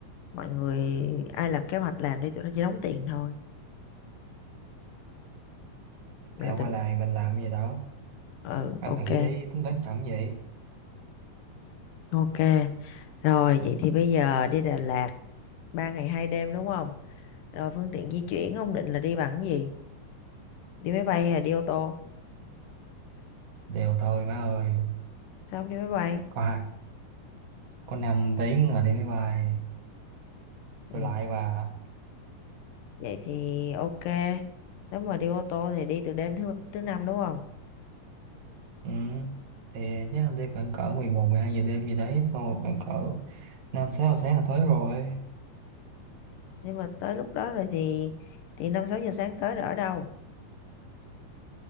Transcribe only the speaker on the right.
thầy không
ai làm mình làm cái gì đâu
ăn
hỉ đi tính toán làm cái gì
đều tôi má ơi
có hai có 5 tiếng rồi đi máy bay
tôi lại và
ừ. thì chắc là đi khoảng cỡ mười một mười hai giờ đêm gì đấy xong rồi khoảng cỡ 5 6 giờ sáng là tới rồi